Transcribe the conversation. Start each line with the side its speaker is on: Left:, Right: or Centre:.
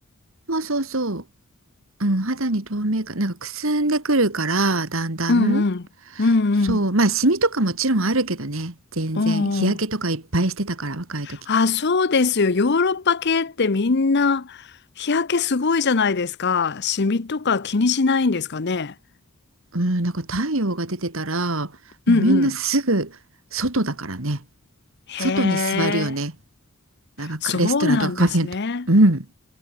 Right: うん。そうそうそう。うん、肌に透明感、なんかくすんでくるから、だんだん。
Left: うんうん。うんうん。
Right: そう、まあ、シミとかもちろんあるけどね、全然。
Left: おお。
Right: 日焼けとかいっぱいしてたから、若い時。
Left: あ、そうですよ。ヨーロッパ系ってみんな日焼けすごいじゃないですか。シミとか気にしないんですかね。
Right: うん、なんか太陽が出てたら、もうみんなすぐ外だからね。
Left: うんうん。へ
Right: 外に座るよね。
Left: え。
Right: なんかかレストランとかカフェとか。
Left: そうなんですね。
Right: うん。